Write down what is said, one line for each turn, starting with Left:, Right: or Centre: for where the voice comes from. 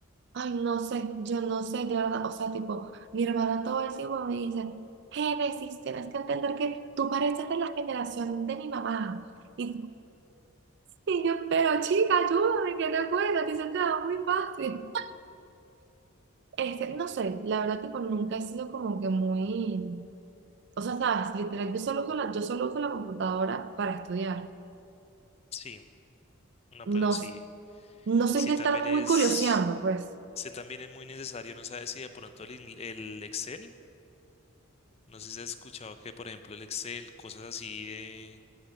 Right: ay, no sé, yo no sé, de verdad. O sea, tipo, mi hermana todo el tiempo me dice, Génesis, tienes que entender que tú pareces de la generación de mi mamá. Y, y yo, pero chica, ayúdame, que te cuesta, te dice, "Te va muy fácil. Este, no sé, la verdad, tipo, nunca he sido como que muy O sea, sabes, literal, yo solo uso la, yo solo uso la computadora para estudiar.
Left: Sí, no, pero
Right: No,
Left: sí,
Right: s- no soy
Left: sí
Right: de
Left: también
Right: estar
Left: es,
Right: muy curioseando, pues.
Left: sí también es muy necesario, no sabes si de pronto el, ingl- el Excel, no sé si has escuchado que, por ejemplo, el Excel, cosas así, eh,